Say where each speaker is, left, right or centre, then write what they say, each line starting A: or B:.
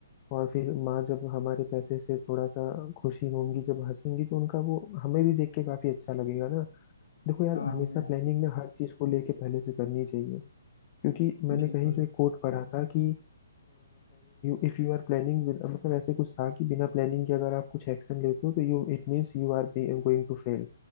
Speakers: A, on the left; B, on the left.
A: और फिर माँ जब हमारे पैसे से थोड़ा सा खुशी होंगी जब हंसेंगी तो उनका वो हमें भी देख के काफी अच्छा लगेगा ना देखो यार
B: हाँ
A: हमेशा
B: हाँ यार
A: प्लानिंग ना हर चीज को लेके पहले से करनी चाहिए क्योंकि मैंने
B: बिल्कुल
A: कहीं तो एक कोट पढ़ा था कि इफ यू आर प्लानिंग मतलब ऐसे कुछ था कि बिना प्लानिंग के अगर आप कुछ एक्शन लेते हो तो you it means you are going to fail